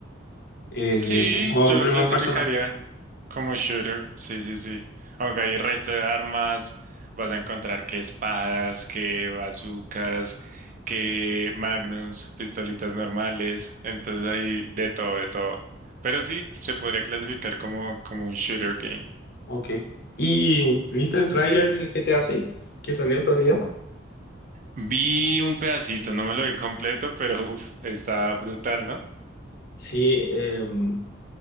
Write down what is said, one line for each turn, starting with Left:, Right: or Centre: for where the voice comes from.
Left: eh,
Right: Sí,
Left: de un juego
Right: yo
Left: en
Right: lo
Left: primera
Right: clasificaría
Left: persona.
Right: como shooter, sí, sí, sí. Aunque hay resto de armas, vas a encontrar que espadas, que bazucas, que magnums, pistolitas normales, entonces hay de todo, de todo. Pero sí, se podría clasificar como, como un shooter game.
Left: Ok. ¿Y viste el tráiler del GTA 6 que salió todavía?
Right: Vi un pedacito, no me lo vi completo, pero uf, está brutal, ¿no?
Left: Sí, em,